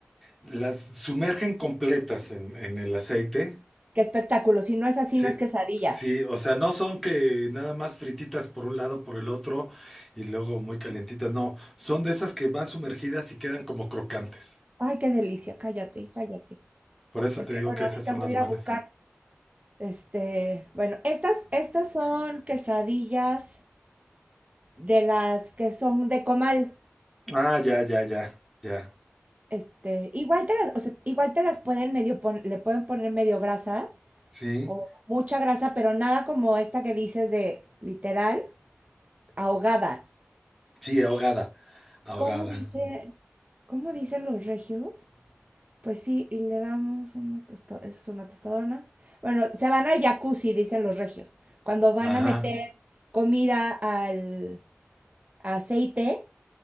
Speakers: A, in the centre; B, on the right.
A: las sumergen completas en, en el aceite.
B: qué espectáculo, si no es así,
A: Sí,
B: no es quesadilla.
A: sí, o sea, no son que nada más frititas por un lado, por el otro y luego muy calientitas. No, son de esas que van sumergidas y quedan como crocantes.
B: Ay, qué delicia, cállate, cállate.
A: Por eso
B: Porque,
A: te digo
B: bueno,
A: que esas
B: ahorita
A: son
B: voy
A: las
B: a ir
A: buenas.
B: a buscar. Este, bueno, estas, estas son quesadillas de las que son de comal.
A: Ah, ya, ya, ya, ya.
B: Este, igual te las, o sea, igual te las pueden medio pon- le pueden poner medio grasa
A: Sí,
B: o mucha grasa, pero nada como esta que dices de literal ahogada.
A: sí, ahogada, ahogada.
B: ¿Cómo dicen, cómo dicen los regios? Pues sí, y le damos una tostadona. Es una tostadona. Bueno, se van al jacuzzi, dicen los regios. Cuando van
A: Ajá,
B: a meter comida al aceite